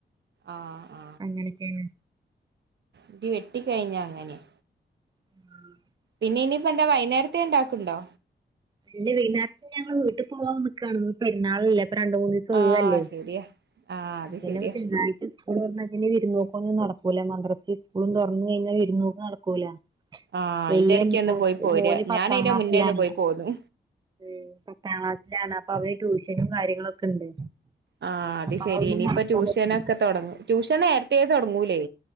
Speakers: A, on the right; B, on the right.
A: ആ ആ
B: അങ്ങനെയൊക്കെയാണ്
A: ഇടി വെട്ടിക്കഴിഞ്ഞാ അങ്ങനെയാ
B: <inaudible>
A: പിന്നെ ഇനിയിപ്പ എന്താ വൈന്നേരത്തെ ഇണ്ടാക്കുണ്ടോ?
B: പിന്നെ വൈന്നാരത്തേ ഞങ്ങള് വീട്ട് പോവാ നിക്കാണ്. ഇന്നിപ്പോ പെരുന്നാളല്ലേ. അപ്പ രണ്ട് മൂന്ന് ദിവസം സം
A: ആഹ്
B: ഒഴുവല്ലേ
A: ശരിയാ ആഹ് അത്
B: പിന്നെ
A: ശരിയാ
B: തിങ്കളാഴ്ച സ്കൂൾ തുറന്നാൽ പിന്നെ വിരുന്നു പോക്കൊന്നും നടക്കൂല. മദ്രസയും സ്കൂളും തുറന്നു കഴിഞ്ഞാൽ പിന്നെ വിരുന്നു പോക്കൊന്നും നടക്കൂല.
A: ആഹ്
B: വല്യമോന്
A: അയിന്റെ എടക്ക് ഒന്ന് പോയി പോരാ
B: പത്താം
A: ഞാൻ അയിന്റെ
B: ക്ലാസ്സിലാണ്.
A: മുന്നേ ഒന്ന് പോയി പോന്നു
B: മ് പത്താം ക്ലാസ്സിലാണ്. അപ്പൊ അവന് ട്യൂഷനും കാര്യങ്ങളൊക്കെ ഉണ്ട്.
A: ആ അത്
B: അപ്പൊ
A: ശരി.
B: അതൊന്നും
A: ഇനിയിപ്പ
B: മറക്കാൻ
A: ട്യൂഷനൊക്കെ
B: പറ്റൂല
A: തെടങ്ങും. ട്യൂഷൻ നേരത്തെേ തൊടങ്ങൂലേ?